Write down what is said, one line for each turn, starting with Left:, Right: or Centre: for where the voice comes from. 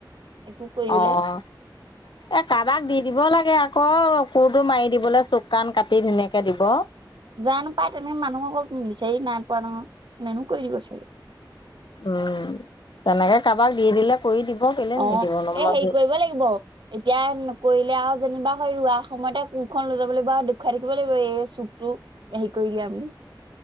Right: একো কৰিবলে
Left: অ' এ কাৰোবাক দি দিব লাগে আকৌ কোৰটো মাৰি দিবলৈ চুক কান কাটি ধুনীয়াকে দিব।
Right: জানো পায় তেনেকে মানুহ অক বিচাৰি নাই পোৱা নহয় মো কৈ দিব চাগ
Left: উম তেনেকে কাৰোবাক দি দিলে কৰি দিব কেলে
Right: অ'
Left: নিদিব নো মই
Right: এ হেৰি কৰিব লাগিব এতিয়া নকৰিলে আৰু যেনিবা হয় ৰোৱা সময়তে কোোৰখনন লৈ যাব লাগিব আৰু দেখুৱাই থাকিব লাগিব এই চুকতটো হেৰী কৰি দিয়া বুলি